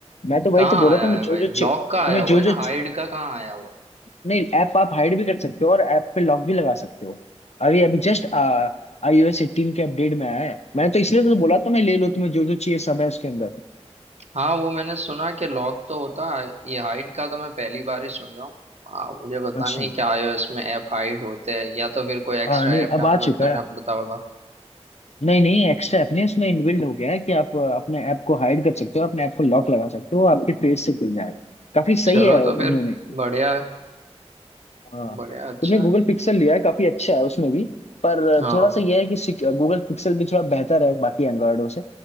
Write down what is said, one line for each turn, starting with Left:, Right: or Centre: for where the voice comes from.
Left: मैं तो वही
Right: कहाँ
Left: तो बोल
Right: आया
Left: रहा था मैं
Right: है
Left: जो
Right: भाई
Left: जो चे-
Right: लॉक
Left: तुम्हें
Right: का आया हुआ
Left: जो
Right: है
Left: जो
Right: ना हाइड का कहाँ आया हुआ है
Left: नहीं ऐप आप हाइड भी कर सकते हो और ऐप पे लॉक भी लगा सकते हो अभी अभी जस्ट आईओएस 18 के अपडेट में आया है मैं तो इसलिए तो बोला था मैं ले लो तुम्हें जो जो चाहिए सब है उसके अंदर
Right: हाँ वो मैंने सुना कि लॉक तो होता है ये हाइड का तो मैं पहली बार ही सुन रहा हूँ हाँ मुझे पता
Left: अच्छा
Right: नहीं क्या iOS में ऐप हाइड होते हैं या तो फिर कोई एक्स्ट्रा
Left: हाँ नहीं
Right: ऐप
Left: अब
Right: डाउनलोड
Left: आ चुका
Right: करना
Left: है
Right: पड़ता होगा
Left: नहीं नहीं एक्स्ट्रा ऐप नहीं उसमें इनबिल्ड हो गया है कि आप अ, अपने ऐप को हाइड कर सकते हो अपने ऐप को लॉक लगा सकते हो आपके फेस से खुल जाएगा काफी सही
Right: चलो
Left: है
Right: तो फिर
Left: इन्होंने
Right: बढ़िया है,
Left: हाँ
Right: बढ़िया अच्छा
Left: तुमने गूगल
Right: है
Left: पिक्सल लिया है काफी अच्छा है उसमें भी पर
Right: हाँ
Left: थोड़ा सा यह है कि गूगल पिक्सल भी थोड़ा बेहतर है बाकी एंड्रॉयडों से